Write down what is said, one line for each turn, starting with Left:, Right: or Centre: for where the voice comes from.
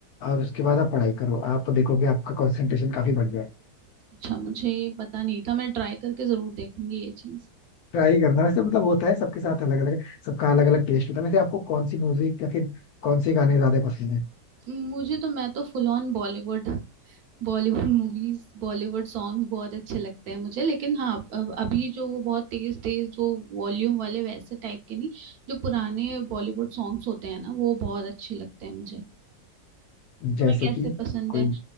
Left: और उसके बाद आप पढ़ाई करो आप देखोगे आपका कंसंट्रेशन काफी बढ़ गया है
Right: अच्छा मुझे ये पता नहीं था मैं ट्राई करके जरूर देखूंगी ये चीज
Left: ट्राई करना वैसे मतलब होता है सबके साथ अलग अलग सबका अलग अलग टेस्ट होता है वैसे आपको कौन सी म्यूजिक या फिर कौन से गाने ज्यादा पसंद है
Right: मुझे तो मैं तो full on Bollywood Bollywood movies Bollywood songs <laughs> बहुत अच्छे लगते हैं मुझे लेकिन हाँ अब- अभी जो वो बहुत तेज तेज वो वॉल्यूम वाले वैसे टाइप के नहीं जो पुराने बॉलीवुड सॉन्ग्स होते हैं ना वो बहुत अच्छे लगते हैं मुझे तुम्हें
Left: जैसे
Right: कैसे
Left: कि
Right: पसंद
Left: कोई
Right: है